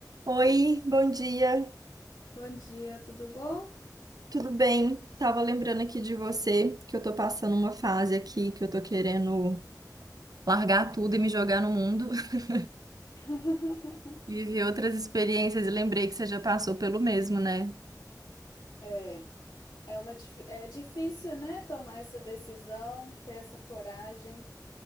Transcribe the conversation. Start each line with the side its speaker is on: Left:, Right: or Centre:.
Right: Oi, bom dia.
Left: Bom dia, tudo bom?
Right: Tudo bem? Tava lembrando aqui de você que eu tô passando uma fase aqui que eu tô querendo largar tudo e me jogar no mundo, <laughs>
Left: <laughs>
Right: viver outras experiências e lembrei que você já passou pelo mesmo, né?
Left: É, é uma, dif- é difícil, né, tomar essa decisão, ter essa coragem,